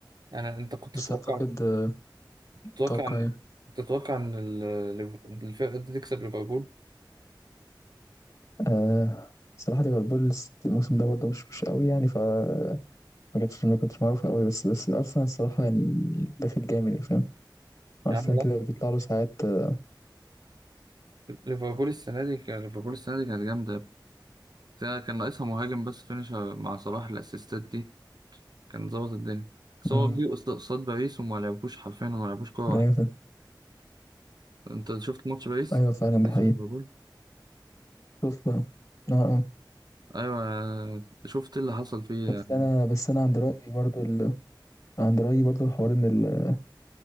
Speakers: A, on the right; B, on the left.
A: يعني انت كنت
B: بس
A: تتوقع
B: اعتقد آه، اتوقع
A: تتوقع إن
B: ايه
A: تتوقع إن ال- ليف- الفرقة دي تكسب ليفربول؟
B: آه الصراحة ليفربول الس- الموسم ده برضه مش مش قوي يعني فما كانتش ما كنتش معروفة قوي بس بس الأرسنال الصراحة يعني داخل جامد يعني فاهم أرسنال
A: يا عم لا
B: كده بيطلع له ساعات آه،
A: ليفربول السنة دي كان ليفربول السنة دي كانت جامدة فيها كان ناقصها مهاجم بس فينيشر مع صلاح الأسيستات دي كان ظبط الدنيا بس
B: مم،
A: هو جه قصاد قصاد باريس وما لعبوش حرفيا وما لعبوش كورة
B: أيوة
A: واحدة
B: فاهم.
A: أنت شفت ماتش باريس؟
B: أيوة فعلا
A: باريس
B: دي حقيقة
A: وليفربول؟
B: شوف آه آه آه.
A: أيوة شفت إيه اللي حصل فيه
B: بس
A: يعني
B: أنا بس أنا عند رأيي برضه ال... عند رأيي برضه حوار إن ال...